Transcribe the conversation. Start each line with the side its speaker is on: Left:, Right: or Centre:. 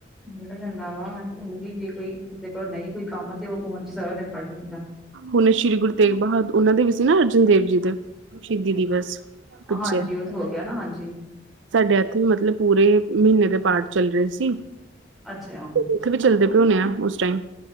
Centre: ਨਿਕਲ ਜਾਂਦਾ ਵਾ, ਉਹ ਵੀ ਜੇ ਕੋਈ ਕਿਸੇ ਕੋਲ ਨਹੀਂ ਕੋਈ ਕੰਮ ਤੇ ਉਹ ਫੋਨ'ਚ ਹੀ ਸਾਰਾ ਦਿਨ ਕੱਢ ਲੀਂਦਾ।
Right: ਹੁਣੇ ਸ਼੍ਰੀ ਗੁਰੂ ਤੇਗ ਬਹਾ ਉਹਨਾਂ ਦੇ ਵੀ ਸੀ ਨਾ ਅਰਜਨ ਦੇਵ ਜੀ ਦੇ ਸ਼ਹੀਦੀ ਦਿਵਸ। ਪਿੱਛੇ
Centre: ਹਾਂਜੀ, ਓ ਤੋ ਹੋਗਿਆ ਨਾ, ਹਾਂਜੀ।
Right: ਸਾਡੇ ਐਥੇ ਵੀ ਮਤਲਬ ਪੂਰੇ, ਮਹੀਨੇ ਦੇ ਪਾਠ ਚੱਲ ਰਹੇ ਸੀ।
Centre: ਅੱਛਾ।
Right: ਉੱਥੇ ਵੀ ਚੱਲਦੇ ਪਏ ਹੋਣੇ ਆ, ਉਸ ਟਾਈਮ?